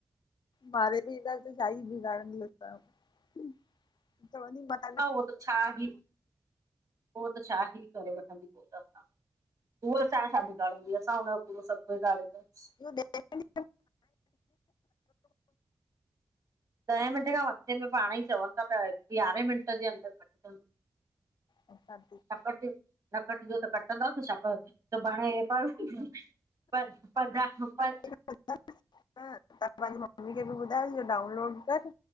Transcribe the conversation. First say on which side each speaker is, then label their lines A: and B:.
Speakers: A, on the left; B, on the right.
A: मारे बि ईंदा त शाही बिगाड़ंदी असांयो। चोंवदी मान
B: हा, उहो त छा ही, उहो त छा ही करे वठंदी पोइ त असां। ऊअ असांजो छा बिगारंदी असां ऊन हुनयो पुरो सब बिगरिंदास।
A: <inaudible>
B: ॾहें मिनटे खां मथे में पाण ई चवनि था पिया। यारहें मिंट जे अंदर कटिजंदो।
A: ऐं सादी <unintelligible>
B: नकट, नकट जो त कटंदासि छा? त भाणे प प <unintelligible>
A: ह <unintelligible> तव्हां पंहिंजी मम्मी खे बि ॿुधाइजहो डाउनलोड कर।